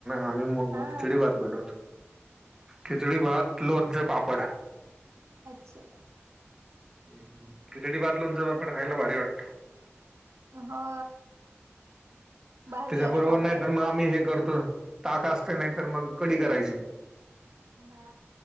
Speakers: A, on the right; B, on the right.
A: आम्ही
B: हा
A: खिचडी भात बनवतो खिचडी भात लोनचे पाप
B: अच्छा.
A: ह खिचडी भात लोणच पापड खायला भारी वाटत.
B: हो. भाजलेला
A: त्याच्याबरोबर
B: पापड
A: नाही तर मग आम्ही हे करतो ताक असतय नाहीतर मग कडी करायची
B: हा